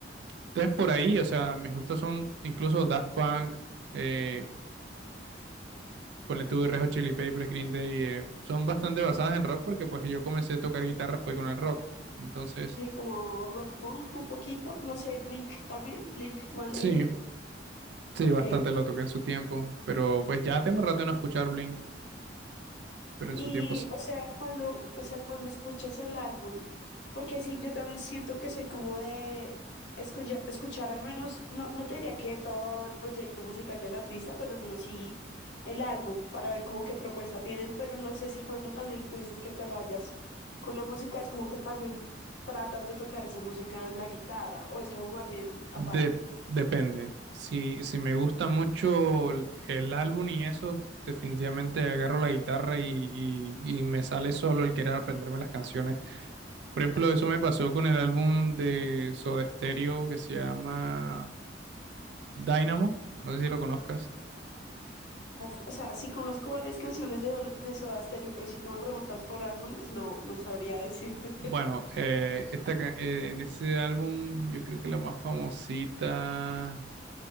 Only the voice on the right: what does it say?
Entonces, por ahí, o sea, mis gustos son incluso Daft Punk. eh, Ponle tú Red Hot Chili Peppers, Green Day, eh, son bastante basadas en rock porque pues yo comencé a tocar guitarra fue con el rock. Entonces,
sí, sí,
bastante lo toqué en su tiempo, pero pues ya tengo rato de no escuchar Blink, pero en
su tiempo sí.
De- depende. Si, si me gusta mucho el el álbum y eso, definitivamente agarro la guitarra y, y, y me sale solo el querer aprenderme las canciones. Por ejemplo, eso me pasó con el álbum de Soda Stereo que se llama Dynamo, no sé si lo conozcas.
Bueno, eh, esta, ca- eh, en ese álbum yo creo que la más famosita,